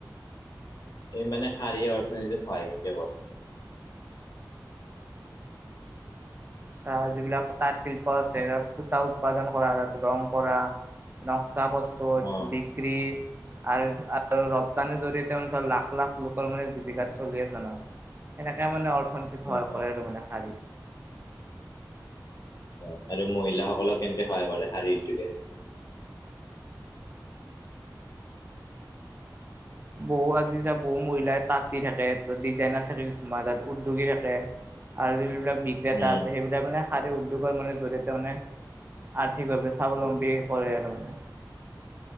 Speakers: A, on the left (about 60°); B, on the right (about 30°).
A: এই মে শাৰী অৰ্থনীতি হয় কিন্তু
B: চাহ যিবিলাক তাঁত শিল্প আছে সূতা উৎপাদন কৰা ত ৰং কৰা নক্সা পস্ত
A: অ
B: বিিক্ৰী আৰু -আৰু- ৰপ্তানিৰ জৰিয়তে ধৰ লাখ -লাখ- লোকৰ মানে জীৱিকাটো চলি আছে ন সেনেকে মানে অৰ্থনীতিত স
A: অ অ
B: কৰে আৰু মানে শাৰী
A: আচ্ছা আৰু মহিলাসকলক কেনেকে সহায় কৰে শাৰীটোকে
B: বহু আজি চা বহু মহিলাই তাঁতি থাকে তাৰপছত ডিজাইনাৰ থাকে কিছুমান তাত উদ্যোগী থাকে আৰু যিবিলাক বিক্ৰেতা
A: উম
B: আছে সেইবিলাক িল মানে শাৰীৰ উদ্যোগৰ মানে জৰিয়তে ত মানে আৰ্থিকভাৱে স্বাৱলম্বী কৰে আৰু মানে